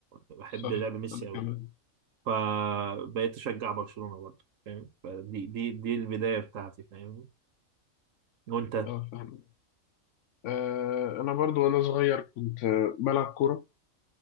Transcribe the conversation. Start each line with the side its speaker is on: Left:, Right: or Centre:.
Right: وبحب
Left: صح
Right: لعب ميسي
Left: انا
Right: قوي
Left: كمان
Right: فبقيت اشجع برشلونة برضو فاهم فدي دي دي البداية بتاعتي فاهم وانت
Left: اه فاهم آه انا برضو وانا صغير كنت آه، بلعب كورة